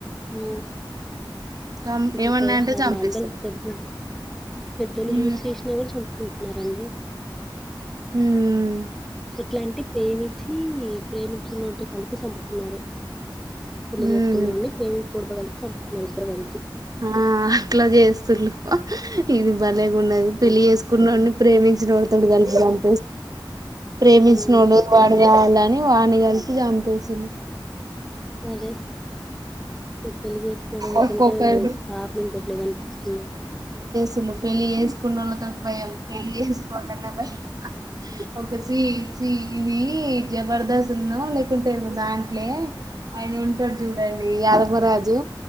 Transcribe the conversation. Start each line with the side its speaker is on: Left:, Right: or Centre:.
Centre: ఆ
Right: చం
Centre: ఇప్పుడు
Right: ఏమన్నా
Centre: పె
Right: అంటే చంపేస్తారు.
Centre: మాందర పెద్ద పెద్దోళ్ళు
Right: హ్మ్.
Centre: చూసి చేసినా కూడా చంపుతర న్నారంండి
Right: హ్మ్
Centre: ఇట్లాంటి ప్రేమిించి ప్రేమిస్తున్నతో కలిపి చంపుతున్నారు ఫిల్లి
Right: హ్మ్.
Centre: చేసుకున్నావాండి ప్రేమి చూడకోగలి నిరిద్ర మనిషి
Right: ఆ అట్లా చేస్తులుు ఇది బాలేకున్నది పెళ్ళలి
Centre: ఉమ్,
Right: చేసుకున్నడి ప్రేమించిన వాతడు కనిపిం ప్రేమించ
Centre: ఉమ్,
Right: నోడు బాగా అని వాడిని కలిసి చంపేస్త ధన్వా
Centre: అదే మీ పెళ్లిి చేసుకోవడంకంటే
Right: ఒక్కొక్కరిది
Centre: బాప మీనుకోట్లేదు అనిపిస్తుంది
Right: అలు పెళ్ళి చేసుకున్న వాళ్ళతో భయం పెళ్ళి చేసుకోవాలన్నా భయం ఒక స ఇది జబర్దస్తున్న లేకుంటే దాంట్లే ఆయన ఉంటాడు చూడండి యాదవరాజు